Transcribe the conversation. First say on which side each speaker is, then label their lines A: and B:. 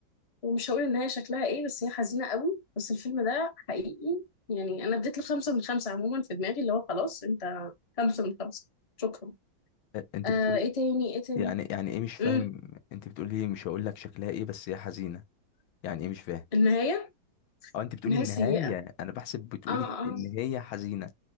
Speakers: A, on the left; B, on the left.
A: ومش هقول ان هي شكلها ايه بس هي حزينة قوي بس الفيلم ده حقيقي يعني انا اديت له خمسة من خمسة عموما في دماغي اللي هو خلاص انت خمسة من خمسة شكرا
B: انت
A: آه
B: بتقولي
A: ايه تاني ايه تاني
B: يعني يعني ايه مش فاهم
A: امم
B: انت بتقولي مش هقول لك شكلها ايه بس هي حزينه يعني ايه مش فاهم
A: النهاية
B: اه انت بتقولي
A: نهاية
B: النهايه
A: سيئة
B: انا بحسب بتقولي
A: اه
B: ان
A: اه
B: هي حزينه